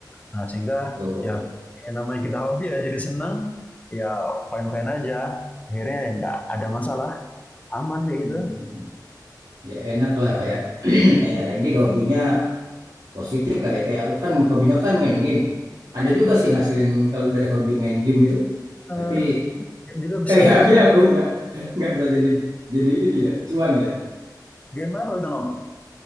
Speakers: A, on the left (about 20°); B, on the right (about 60°).
A: Nah, sehingga
B: Tuh.
A: ya yang namanya kita hobi ya jadi senang, ya fine-fine aja. Akhirnya ya nggak ada masalah, aman kayak
B: Mm-mm.
A: gitu.
B: Ya enak lah kayak <clears throat> kayak Randy kalau hobinya positif kali ya. Kayak aku kan hobinya kan main game. Ada juga sih ngasilin kalau dari hobi main game itu.
A: Eh,
B: Tapi
A: Game juga
B: kayak
A: bisa
B: <laughs> aku ya, aku nggak nggak bisa jadi jadi ini ya cuan ya.
A: game apa itu nom?